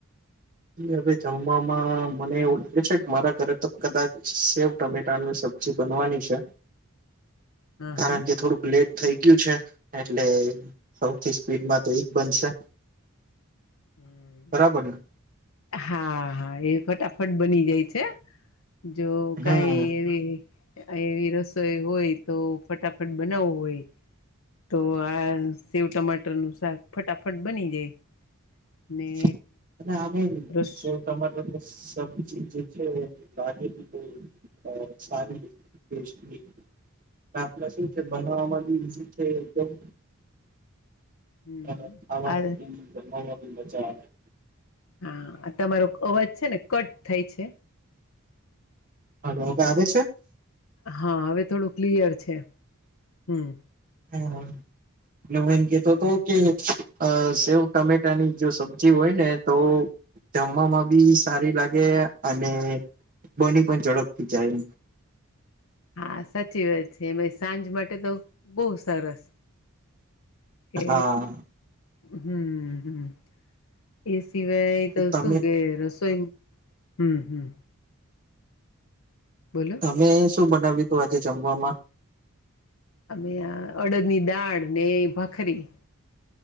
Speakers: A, on the right (about 40°); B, on the left (about 70°).
A: હવે જમવામાં મને એવું લાગે છે, મારા ઘરે તો કદાચ સેવ ટમેટા સબ્જી બનવાની છે,
B: હા
A: કારણ
B: હા
A: કે થોડુંક લેટ થઈ ગયું છે. એટલે સૌથી સ્પીડ માંતો એ જ બનશે
B: હમ
A: બરાબરને?
B: હા હા એ ફટાફટ બની જાય છે. જો
A: હમ
B: કઈ એવી એવી રસોઈ હોય તો ફટાફટ બનાવવો હોય તો આ સેવ ટમાટરનું શાક ફટાફટ બની જાય
A: <inaudible>
B: ને રસ
A: સબજી જે છે, લાગેલી સારી <unintelligible> આપડા શું છે, બનાવામાં બી ઈઝી છે, એકદમ
B: હમ
A: અ ખાવામા
B: આ
A: બી જમવામા બી મજા આવે
B: હા તમારો અવાજ છે, ને કટ થાય છે.
A: હાલો <unintelligible> આવે છે?
B: હા હવે થોડું ક્લિયર છે, હમ
A: હા. હું એમ કેતોતો કે અ સેવ ટામેટાની જો સબ્જી હોય ને તો જમવામાં બી સારી લા ગે અને બની પણ ઝડપથી જાય
B: હા સાચી વાત છે, એમાંય સાંજ માટે તો બોવ સરસ કે
A: હા
B: હમ હમ એ સિવાય તો
A: તમે
B: શું કે રસોઈ હમ હમ બોલો
A: તમે શું બનાવ્યું તું આજે જમવામાં
B: અમે અ અડદની દાળ ને ભખરી